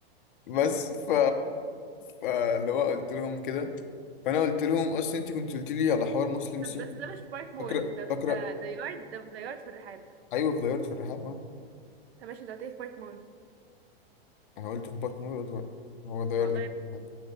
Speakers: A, on the left; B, on the right.
A: بس ف فاللي هو قلت لهم كده فانا قلت لهم اصلا انت كنت قلت لي على حوار مسلم صيني
B: طب بس ده مش في بايت مول
A: فاكره
B: ده في
A: فاكره
B: ده يارد ده في ده يارد في الرحاب
A: ايوه في دايرة في الرحاب اه
B: طب ماشي انت قلت لي في بايت مول
A: انا قلت في بارك مول قلت بقى، هو دايرة
B: والله
A: دي في الرحاب